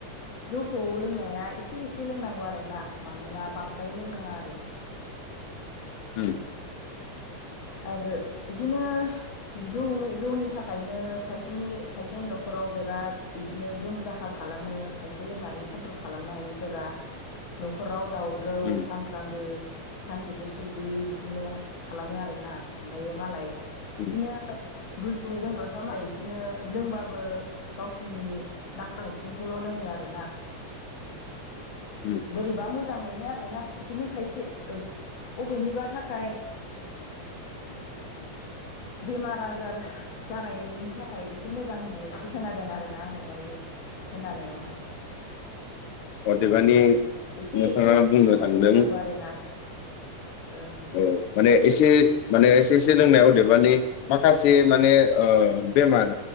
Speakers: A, on the left; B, on the left.
A: जौखौ लोंनाया एसे एसे लोंनांगौ आरोना मानोना बांद्राय लोंनाङा आरो
B: उम
A: आरो इदिनो जौ जौनि थाखायनो खायसेनि खायसेनि नखराव बिराद इदिनो दुम दाखाल खालामो खायसे लोंनानै कन्ट्रल खालामनो हायिफोरा नखराव दावराव
B: उम
A: सानफ्रामबो सानसेबो सुख गैयै बिदिनो खालामो आरो आरोना ओमफ्रायो मालाय
B: उम
A: बिदिनो बुजिनो रोंग्राफ्रा मालाय बिदिनो लोंबाबो गावसिनि नांनायसिमखौल लोंङो आरो ना
B: उम
A: बोरैबा मोजां मोजां मोनो आरोना बिदिनो खायसे बबेनिबा थाखाय बेमार आजार जानायनि थाखाय एसे मोजां होननाय बायदि खोनादों आरो ना आंङो दायो खोनानायावहाय
B: औ अदेबानि
A: एसे
B: नोंथाङा
A: एसे
B: बुंनो
A: माने
B: थांदों
A: लोंनांगौ आरोना ओं
B: औ माने एसे माने एसे एसे लोंनाय अदेबानि माखासे माने ओ बेमार